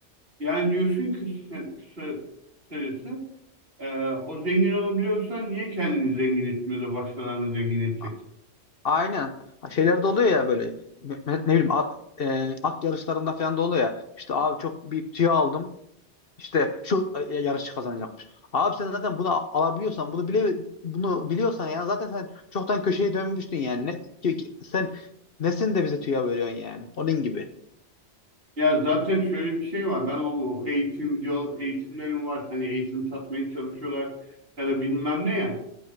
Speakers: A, on the right; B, on the left.
A: Yani diyorsun ki kısa, kısa- kısacası e, o zengin olabiliyorsan niye kendini zengin etmiyor da başkalarını zengin edecek?
B: A- Aynen. Ha, Şeyler de oluyor ya böyle ne, ne bileyim a- e, at yarışlarında falan da oluyor ya. İşte abi çok bir tüy aldım. İşte şu e, yarışçı kazanacakmış. Abi sen zaten bunu a- alabiliyorsan, bunu bile bunu biliyorsan ya zaten sen çoktan köşeye dönmüştün yani. Ne, ki- ki- sen nesin de bize tüya veriyorsun yani. Onun gibi.
A: Ya zaten şöyle bir şey var. Ben o bu eğitim video eğitimlerim var. Hani eğitim satmaya çalışıyorlar ya da bilmem ne ya.